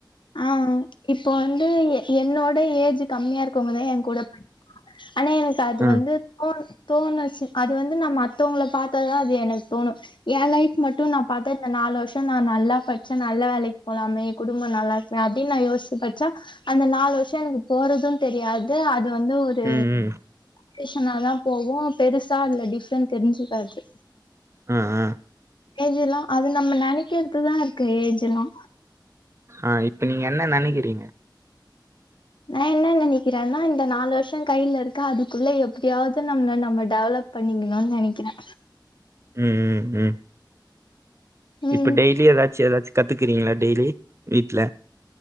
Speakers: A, on the left (about 80°); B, on the right (about 35°).
A: ஆ இப்போ வந்து எ என்னோட ஏஜ் கம்மியா இருக்கோங்கதா என் கூட ஆனா எனக்கு அது
B: ம்
A: வந்து தோண் தோணுச்சு அது வந்து நம்ம மத்தவங்கள பாத்தா தா அது எனக்கு தோணு என் லைஃப் மட்டு நா பாத்தா இந்த நாலு வருஷோ நா நல்லா பட்ச்ச நல்ல வேலைக் போலாமே குடும்ப நல்லாருக் ஆ அப்டின் நா யோஸ்ச்சு படிச்சா அந்த நாலு வருஷொ எனக்கு போறது தெரியாது அது வந்து ஒரு
B: ம்
A: <unintelligible> னாதா போகூ பெருசா இதுல டிஃப்ரெண்ட் தெரிஞ்சுக்காது
B: ஆ ஆ
A: ஏஜ் எல்லா அது நம்ம நெனைக்குறது தா இருக்கு ஏஜ் எல்லா
B: ஆ இப்ப நீங்க என்ன நெனைக்கிறீங்க
A: நா என்ன நெனைக்கிறேன்னா இந்த நாலு வருஷொ கையில இருக்கு அதுக்குள்ள எப்டியாவ்து நம்மள நம்ம டெவலப் பண்ணிக்கலான்னு நெனைக்கிறே
B: ம் ம் ம்
A: உம்
B: இப்ப டெய்லி எதாச்சு எதாச்சு கத்துக்குறீங்களா டெய்லி வீட்ல